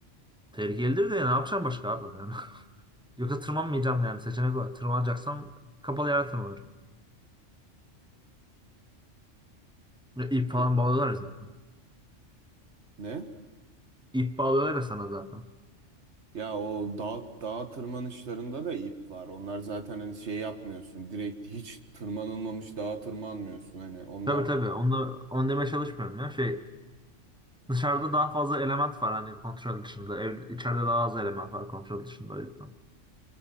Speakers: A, in the centre; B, on the right.
A: Tehlikelidir de ne yapacağım başka abi yani. <laughs> Yoksa tırmanmayacağım yani seçenek o. Tırmanacaksam kapalı yere tırmanırım. Ya İp falan
B: Hı.
A: bağlıyorlar ya zaten.
B: Ne?
A: İp bağlıyorlar ya sana zaten.
B: Ya o dağ, dağ tırmanışlarında da ip var. Onlar zaten hani şey yapmıyorsun. Direkt hiç tırmanılmamış dağa tırmanmıyorsun hani. Onlar
A: Tabii tabii. Onunla, onu demeye çalışmıyorum ya. Şey Dışarıda daha fazla element var hani kontrol dışında. Ev, içeride daha az element var kontrol dışında o yüzden.